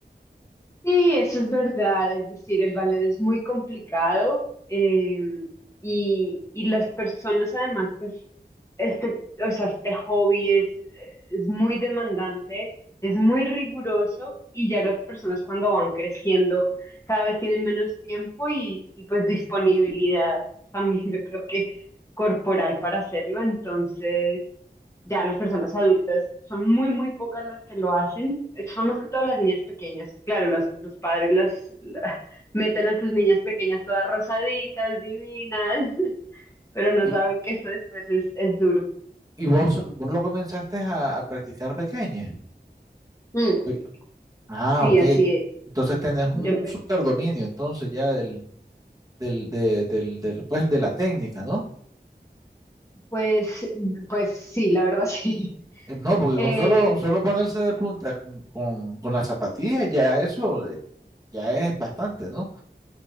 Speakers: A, on the left; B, on the right.
A: Sí, eso es verdad, es decir, el ballet es muy complicado eh, y, y las personas además, pues, este, o sea, este hobby es, es muy demandante, es muy riguroso y ya las personas cuando van creciendo cada vez tienen menos tiempo y, y pues disponibilidad también yo creo que corporal para hacerlo, entonces... Ya las personas adultas son muy, muy pocas las que lo hacen. Eh, Son más que todas las niñas pequeñas. Claro, las- los padres las, la- <laughs> meten a sus niñas pequeñas todas rosaditas, divinas, <laughs> pero no
B: Y,
A: saben que eso después es, es duro.
B: y vos, vos lo comenzaste a, a practicar pequeña.
A: Mm,
B: Oye, Ah,
A: sí,
B: ok.
A: así es.
B: Entonces tenés un
A: Yo empecé.
B: superdominio, entonces ya del, del, de- del, del, pues, de la técnica, ¿no?
A: Pues, pues sí, la verdad <laughs> sí.
B: Eh, No, porque
A: Eh,
B: con solo, solo ponerse de punta con, con, con las zapatillas, ya eso eh, ya es bastante, ¿no?